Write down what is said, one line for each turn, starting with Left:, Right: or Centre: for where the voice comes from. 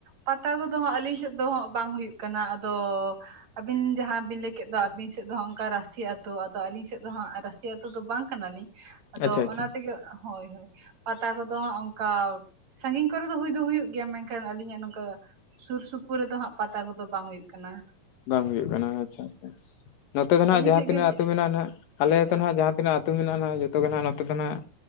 Right: ᱯᱟᱛᱟ ᱠᱚᱫᱚ ᱦᱟᱸᱜ ᱟᱹᱞᱤᱧ ᱥᱮᱫ ᱫᱚ ᱦᱟᱸᱜ ᱵᱟᱝ ᱦᱩᱭᱩᱜ ᱠᱟᱱᱟ ᱾ ᱟᱫᱚᱻ ᱟᱵᱤᱱ ᱡᱟᱦᱟᱸ ᱵᱤᱱ ᱞᱟᱹᱭᱠᱮᱫ ᱫᱚ ᱟᱵᱤᱱ ᱥᱮᱫ ᱫᱚ ᱦᱟᱸᱜ ᱚᱱᱠᱟ ᱨᱟᱹᱥᱤ ᱟᱹᱛᱩ ᱟᱫᱚ ᱟᱞᱤᱧ ᱥᱮᱫ ᱫᱚ ᱦᱟᱸᱜ ᱨᱟᱥᱤ ᱟᱹ ᱛᱩ ᱫᱚ ᱵᱟᱝ ᱠᱟᱱᱟᱞᱤᱧ ᱾ ᱟᱫᱚ
Left: ᱟᱪᱪᱷᱟ ᱟᱪᱪᱷᱟ
Right: ᱚᱱᱟ ᱛᱮᱜᱮ ᱦᱳᱭ ᱦᱳᱭ ᱯᱟᱛᱟ ᱠᱚᱫᱚ ᱦᱟᱸᱜ ᱚᱱᱠᱟ ᱥᱟᱸᱜᱤᱧ ᱠᱚᱨᱮ ᱫᱚ ᱦᱩᱭ ᱫᱚ ᱦᱩᱭᱩᱜ ᱜᱮᱭᱟ ᱢᱮᱱᱠᱷᱟᱱ ᱟᱹᱞᱤᱧᱟᱜ ᱱᱚᱝᱠᱟ ᱥᱩᱨ ᱥᱩᱯᱩᱨ ᱨᱮᱫᱚ ᱦᱟᱸᱜ ᱯᱟᱛᱟ ᱠᱚᱫᱚ ᱵᱟᱝ ᱦᱩᱭᱩᱜ ᱠᱟᱱᱟ ᱾
Left: ᱵᱟᱝ ᱦᱩᱭᱩᱜ ᱠᱟᱱᱟ ᱟᱪᱪᱷᱟ ᱟᱪᱪᱷᱟ ᱾ ᱱᱚᱛᱮ ᱫᱚ ᱱᱟᱦᱟᱜ
Right: ᱟᱹᱵᱤᱱ
Left: ᱡᱟᱦᱟᱸ
Right: ᱥᱮᱫ
Left: ᱛᱤᱱᱟᱹᱜ
Right: ᱜᱮ ᱪᱮᱫ
Left: ᱟᱹᱛᱩ ᱢᱮᱱᱟᱜ-ᱟ ᱦᱟᱸᱜ ᱟᱞᱮ
Right: ᱟᱪᱪᱷᱟ
Left: ᱴᱷᱮᱱ ᱦᱚᱸ ᱡᱟᱦᱟᱸ ᱛᱤᱱᱟᱹᱜ ᱟᱹᱛᱩ ᱢᱮᱱᱟᱜ-ᱟ ᱦᱟᱸᱜ ᱡᱚᱛᱚ ᱜᱮ ᱦᱟᱸᱜ ᱱᱚᱛᱮ ᱫᱚ ᱱᱟᱜ